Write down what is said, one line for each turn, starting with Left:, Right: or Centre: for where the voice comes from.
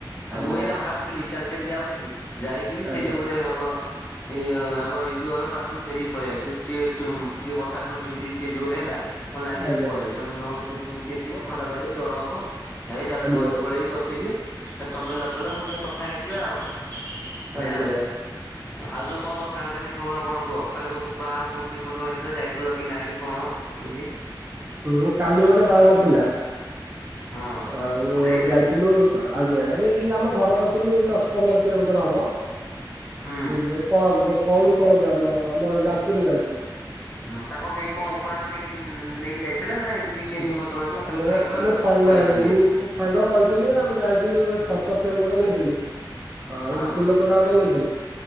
Right: ଆଜ୍ଞା
Left: ମୁଁ ବି ଏଇନା ବାହାରିଥିଲି। ଚାଲି ଚାଲି ଯାଉଥିଲି, ଯାଇକିରି
Right: ଆଜ୍ଞା
Left: ସେ ଯୋଉ ଗୋଟେ ସେ ହଉ ଆଉ। ଏଇ ଆମର ଏଣ୍ଡୁଅ ଘର ପାକୁରୁ ଫେରିକି ପଳେଇ ଆଇଲି। ଯୋଉ ଟିକେ ଟିକେ ଟିକେ ବର୍ଷା ଫୁଣି ଝିପିଝପି ଟିକେ ଜୋରେ ହେଲା ମୁଁ କହିଲି ନାଇ ଯାଉଛି
Right: ଆଜ୍ଞା
Left: ପଳେଇବି, ମୁଣ୍ଡ ଫୁଣ୍ଡ ତିନ୍ତିବ, ଥଣ୍ଡା ଧରିବ, ଜର ହବ, ହେଇ ଯାଉଚି
Right: ଆଜ୍ଞା
Left: ଘରକୁ ପଳେଇବି ବସିବି, ହେଟୁ ତମେ ଲଗେଇଲ, ମୁଁ କ ଟିକେ କଥା ହେଇଯିବା ଆଉ, ଭଇଆ
Right: ଆଜ୍ଞା
Left: ଆଉ। ଆଉ ସବୁ କଣ ତମ ସାଙ୍ଗସାଥି ଖବର କଣ କୁହ? କାଲି କ ବାହାଘର କୋଉଠି ନିମନ୍ତ୍ରଣ ହେଇଥିଲା ଯାଇଥି ଥିଲ କି ନାହିଁ, କଣ କେମିତି?
Right: ହୁଁ କାଲି ଗୋଟେ ବାହାଘର ଥିଲା
Left: ହଁ
Right: ଆଉ
Left: କୋଉଠି ଯାଇଥିଲେ
Right: ଯାଇଥିଲୁ। ଆଜ୍ଞା ଏଇ ଆମ ଘର ପାଖରୁ ଦଶ ପନ୍ଦର କିଲୋମିଟର ହବ
Left: ହୁଁ।
Right: ବୁଝିଲେ? କ କଉଡ କଲ ଗ୍ରାମ ଆମର ଯାଜପୁରରେ ଯାଉଛି।
Left: ହୁଁ ତାଙ୍କ ପାଇଁ କଣ ଉପହାର ନେଇକି ନେଇ ଯାଇ ଥିଲା ନା ଏମିତି ସେ
Right: ହୁଁ।
Left: ନିମନ୍ତ୍ରଣଇଥିଲା ଖାଲି
Right: ନା
Left: ଖାଇକିରି
Right: ଆମେ ଫ ନାଇଁ
Left: ପଳେଇ ଆସିଲେ?
Right: ଏମି ସାଙ୍ଗ କହିଥିଲେ ଆମେ ଯାଇଥିଲୁ ଏ ଫଟୋ ଫ୍ରେମ ଗୋଟେ ନେଇଥିଲୁ ଆଉ
Left: ହଁ
Right: ଫୁଲ ତୋଡ଼ା ଗୋଟେ ନେଇଥିଲୁ।